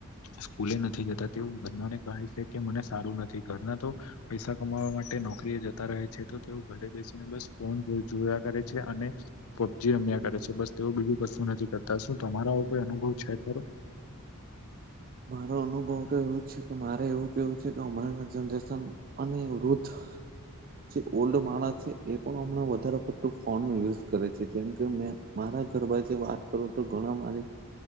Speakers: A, on the left; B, on the right.
A: સ્કૂલે નથી જતા. તેવું ઘરના ને કહે છે કે મને સારું નથી ઘરના તો પૈસા કમાવવા માટે નોકરી એ જતા રહે છે, તો તેઓ ઘરે બેસીને બસ ફોન જોયા કરે છે. અને પબજી રમ્યા કરે છે બસ તેવું બીજું કશું નથી કરતા શું તમારા આવો કોઈ અનુભવ છે ખરો?
B: મારો અનુભવ તો એવું જ છે કે, મારે એવું કેવું છે કે હમણાં ના જનરેશન અને વૃદ્ધ જે ઓલ્ડ માણસ છે એ પણ હમણાં વધારે પડતું ફોન નો યુઝ કરે છે. જેમકે, મેં મારા ઘરમાં જે વાત કરું તો ઘણા મારી